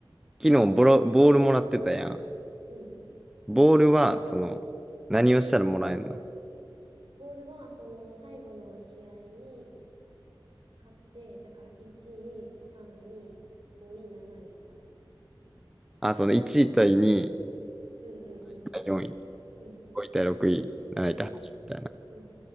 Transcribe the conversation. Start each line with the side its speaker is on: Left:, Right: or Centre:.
Centre: 昨日ボロ、ボールもらってたやん。
Right: うん。
Centre: ボールは、その、何をしたらもらえんの
Right: ボールはその最後の試合に勝って、だから1位、3位、5位、7位がもらえる。
Centre: あ、その1位対2
Right: うんうんうん。
Centre: 位、4位、
Right: うん
Centre: 5位対6位、7位対8位みたいな。
Right: うんうん。